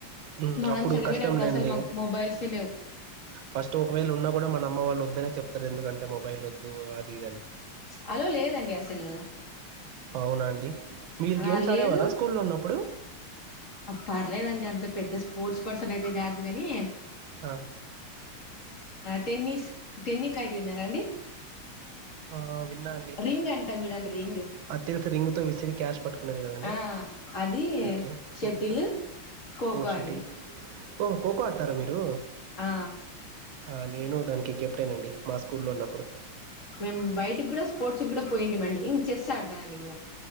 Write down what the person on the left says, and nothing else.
మనం
చదివేటప్పుడు
అసలు మాకు మొబైల్సే లేవు
అలో లేదంది అసలు
ఆ
లేదు
పర్లేదండి అంత పెద్ద స్పోర్ట్స్ పర్సనైతే కాదు గని
టెన్నీస్ టెన్నికాయిట్ విన్నారాండి
రింగ్ అంటం జూడండి రింగ్
ఆ అది
షటిల్
ఖోఖో
అండి
ఆ
మేము బయటికి కూడా స్పోర్ట్స్ కూడా పోయింటమండి ఇం చెస్ ఆడ్తానిగ